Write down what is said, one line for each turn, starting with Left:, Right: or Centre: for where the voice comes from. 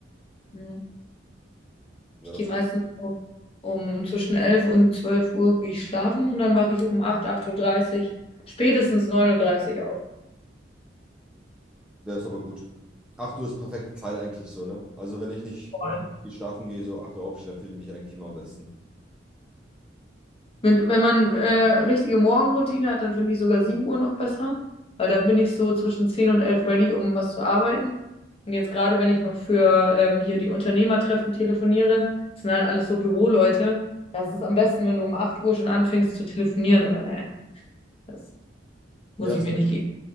Left: Mhm.
Centre: Ja,
Left: Ich
Centre: das
Left: gehe
Centre: ist
Left: meistens
Centre: gut.
Left: so um zwischen 11 und 12 Uhr gehe ich schlafen und dann wache ich um 8 8.30 Uhr, dreißig, spätestens 9.30 Uhr dreißig
Centre: Ja, ist aber gut. 8 Uhr ist perfekte Zeit eigentlich so, ne? Also wenn ich nicht
Left: auf.
Centre: viel schlafen gehe, so 8 Uhr aufstehe, dann fühle ich mich eigentlich immer am besten.
Left: Mit, wenn man äh, richtige Morgenroutine hat, dann finde ich sogar 7 Uhr noch besser, weil dann bin ich so zwischen 10 und 11 ready, um was zu arbeiten. Und jetzt gerade, wenn ich noch für ähm, hier die Unternehmertreffen telefoniere, das sind halt alles so Büroleute. Das ist am besten, wenn du um 8 Uhr schon anfängst zu telefonieren, aber ne, das muss
Centre: Ja,
Left: ich
Centre: safe,
Left: mir nicht geben.